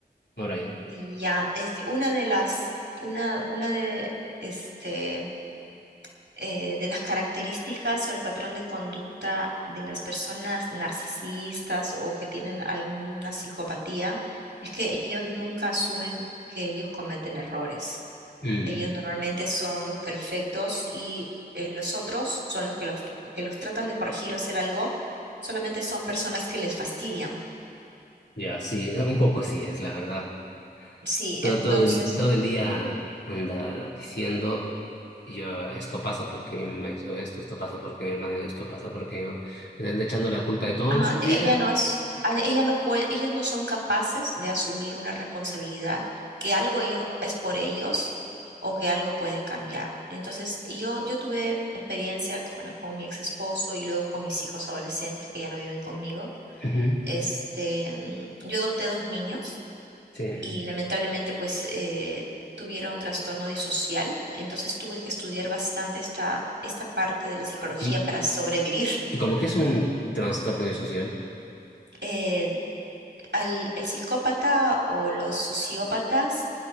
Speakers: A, on the left (about 80°); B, on the right (about 90°).
A: ahora ya no.
B: Y ya, es que una de las, una, una de, este, eh, de las características o el patrón de conducta de las personas narcisistas o que tienen alguna psicopatía es que ellos nunca asumen que ellos cometen errores.
A: Mm,
B: Ellos normalmente son los perfectos y eh, los otros son los que los, que los tratan de corregir o hacer algo, solamente son personas que les fastidian.
A: ya, sí, eh, un poco así es, la verdad.
B: Sí,
A: Todo,
B: entonces
A: todo el, todo el día anda diciendo Y yo, esto pasa porque mi mamá hizo esto, esto pasa porque mi hermana hizo esto, pasa porque mi mamá... Le anda echando la culpa de todo
B: Ajá,
A: en su vida.
B: ella no as- a- ella no puede, ellos no son capaces de asumir una responsabilidad, que algo ellos es por ellos o que algo pueden cambiar. Entonces, yo, yo tuve experiencia, con- bueno, con mi ex esposo y luego con mis hijos adolescentes que ya no viven conmigo.
A: Ujú,
B: Este, mm, yo adopté dos niños
A: Sí.
B: y lamentablemente pues eh, tuvieron trastorno disocial, entonces tuve que estudiar bastante esta, esta parte de la psicología
A: Y,
B: para sobrevivir.
A: y como que es un trastorno social.
B: Eh, al- el psicópata o los sociópatas